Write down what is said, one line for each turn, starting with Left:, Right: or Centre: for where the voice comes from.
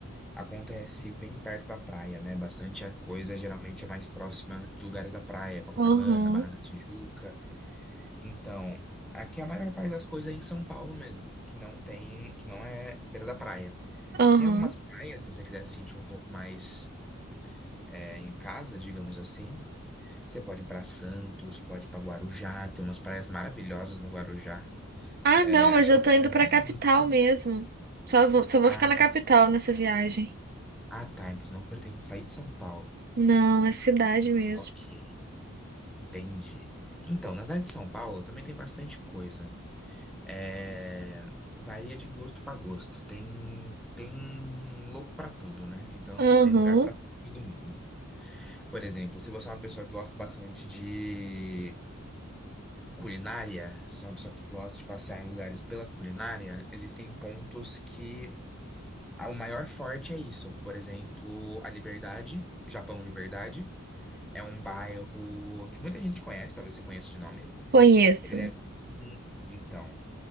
Centre: acontece bem perto da praia, né? Bastante a coisa geralmente é mais próxima de lugares da praia, Copacabana,
Right: Aham,
Centre: Barra da Tijuca. Então, aqui a maior parte das coisas é em São Paulo mesmo, que não tem, que não é beira da praia.
Right: aham.
Centre: Tem algumas praias, se você quiser se sentir um pouco mais é, em casa, digamos assim. Você pode ir para Santos, pode ir para Guarujá, tem umas praias maravilhosas no Guarujá.
Right: Ah,
Centre: É,
Right: não, mas
Centre: acho
Right: eu
Centre: que é
Right: tô
Centre: a praia
Right: indo
Centre: mais
Right: pra capital
Centre: bonita.
Right: mesmo. Só vou, só vou
Centre: Ah,
Right: ficar na capital nessa viagem.
Centre: ah, tá. Então você não pretende sair de São Paulo.
Right: Não, é cidade mesmo.
Centre: Ok, entendi. Então, na cidade de São Paulo também tem bastante coisa. É, varia de gosto para gosto. Tem, tem louco para tudo, né? Então
Right: Aham,
Centre: tem lugar para todo mundo. Por exemplo, se você é uma pessoa que gosta bastante de culinária, sou uma pessoa que gosta de passear em lugares pela culinária, existem pontos que ah, o maior forte é isso. Por exemplo, a Liberdade, Japão Liberdade, é um bairro que muita gente conhece, talvez você conheça de nome.
Right: conheço.
Centre: Ele é bem, então,